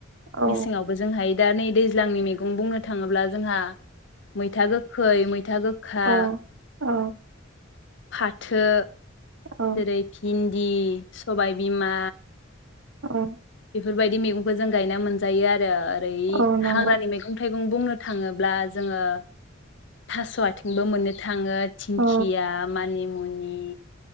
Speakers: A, on the right; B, on the left.
A: औ
B: मेसें आवबो जों हाय दा नै दैज्लांनि मेगं बुंनो थाङोब्ला जोंहा मैथा गोखै खै मै मैथा गोखा।
A: औ औ
B: फाथो।
A: औ
B: जेरै भिन दि सबाय बिमा
A: अ
B: बेफोरबायदि मैगंखौ जों गायना मोनजायो आरो। ओइ
A: औ नंगौ
B: हाग्रानि मैगं थाइगं बुंनो थाङोब्ला जोङो थास आथिंबो मोननो था थाङो थिंखिया
A: औ
B: मानि मुनि